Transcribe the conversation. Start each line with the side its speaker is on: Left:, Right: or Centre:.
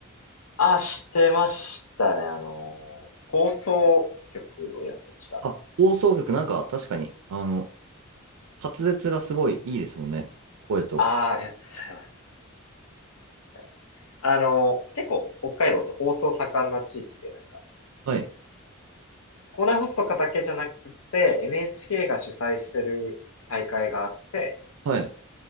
Left: あ、してましたね。あのー放送局をやってました。
Right: あ、放送局なんか確かに、あの、滑舌がすごいいいですもんね。声と。
Left: ああ、ありがとうございます。ありがとうございますあの、結構北海道って放送盛んな地域で、なんか、
Right: はい、
Left: 校内放送とかだけじゃなくて、NHK が主催してる大会があって、
Right: はい、